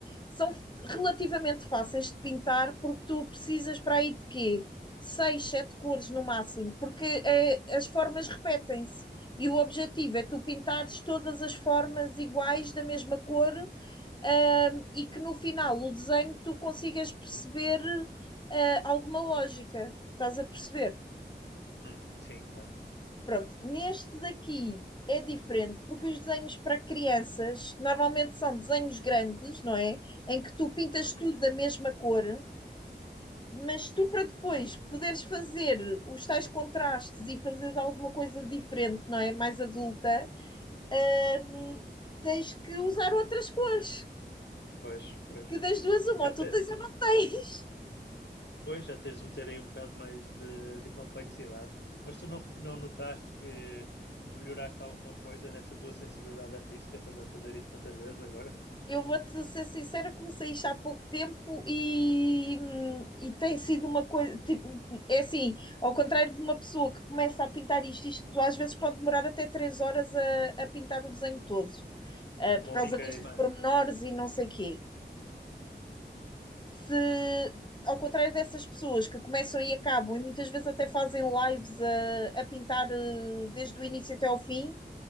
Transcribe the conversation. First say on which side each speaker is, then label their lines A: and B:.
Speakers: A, on the left (about 25°); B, on the left (about 80°).
A: são f- relativamente fáceis de pintar, porque tu precisas para aí de quê? Seis, sete cores no máximo, porque eh, as formas repetem-se. E o objetivo é tu pintares todas as formas iguais da mesma cor ahm, e que no final o desenho tu consigas perceber ah, alguma lógica. Estás a perceber?
B: Uhum, sim, claro.
A: Pronto, neste daqui é diferente, porque os desenhos para crianças normalmente são desenhos grandes, não é? Em que tu pintas
B: Uhum,
A: tudo da mesma cor, mas tu para depois poderes fazer os tais contrastes e fazeres alguma coisa diferente, não é? Mais adulta, hum,
B: uhum.
A: tens que usar outras cores.
B: Pois, pois.
A: Que das duas, uma,
B: Já
A: ou
B: tens.
A: tu tens ou não tens.
B: Pois, já tens de meter aí um bocado mais de, de complexidade. Mas tu não, não notaste que, que melhoraste alguma coisa nessa tua sensibilidade artística? Estás a fazer isso tantas vezes agora?
A: Eu vou-te ser sincera, comecei isto há pouco tempo e, hum, e tem sido uma coisa, tipo, é assim, ao contrário de uma pessoa que começa a pintar isto, isto às vezes pode demorar até três horas a, a pintar o desenho todo, ah, por
B: Uma
A: causa
B: única
A: destes
B: Sim. imagem.
A: pormenores e não sei quê.
B: Hum,
A: Se, ao contrário dessas pessoas que começam e acabam, e muitas vezes até fazem lives a, a pintar, eh, desde o início até ao fim,